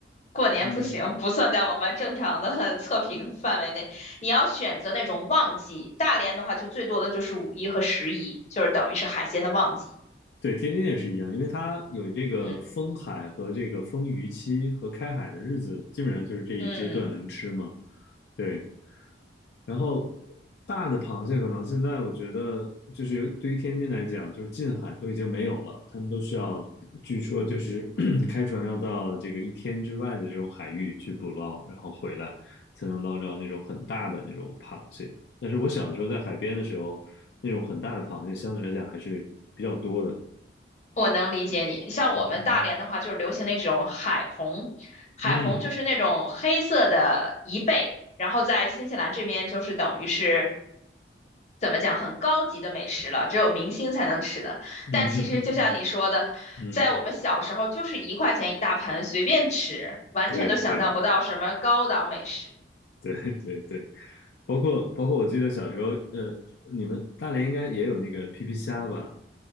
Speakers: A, on the left (about 40°); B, on the left (about 60°).
A: 过年不行，
B: 嗯，
A: 不算在我们正常的 <laughs> 测评范围内。你要选择那种旺季，大连的话就最多的就是五一和十一，就是等于是海鲜的旺季。
B: 对，天津也是一样，因为它有这个封海和这个封渔期和开海的日子，
A: 嗯
B: 基本上就是这一阶段能吃嘛。
A: 嗯，
B: 对，然后大的螃蟹可能现在我觉得就是有对于天津来讲，就是近海都已经没有了，他们都需要，据说就是 <clears throat> 开船要到这个一天之外的这种海域去捕捞，然后回来才能捞着那种很大的那种螃蟹。但是我小的时候在海边的时候，那种很大的螃蟹相对来讲还是比较多的。
A: 我能理解你。像我们大连的话，
B: 嗯。
A: 就是流行那种海虹，海虹就是那种黑色的贻贝，
B: 嗯
A: 然后在新西兰这边就是等于是怎么讲很高级的美食了，只有明星才能吃的。
B: 嗯
A: 但其实就像你说的，
B: <laughs> 嗯，
A: 在我们小时候就是一块钱一大盆，随便吃，完全都想象不到什么高档美食。
B: 对对对对对，包括包括我记得小时候，呃，你们大连应该也有那个皮皮虾吧，